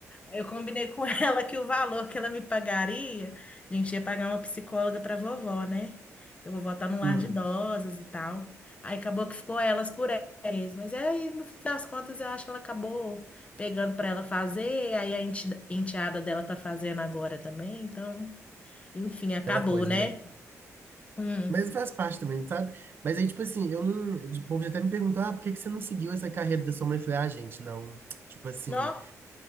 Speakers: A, on the left (about 20°); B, on the right (about 40°).
A: Eu combinei com <laughs> ela que o valor que ela me pagaria, a gente ia pagar uma psicóloga para vovó, né? Eu vou voltar num lar
B: hum,
A: de idosas e tal. Aí acabou que ficou elas por elas. Mas é aí, no fim das contas, eu acho que ela acabou pegando para ela fazer. Aí a enti- enteada dela tá fazendo agora também. Então, enfim, acabou,
B: aquela coisa,
A: né?
B: né?
A: Hum.
B: Mas faz parte também, sabe? Mas aí, tipo assim, eu não. O povo já até me perguntou, ah, por que que você não seguiu essa carreira da sua mãe? Eu falei, ah, gente, não. Tipo assim,
A: Nó?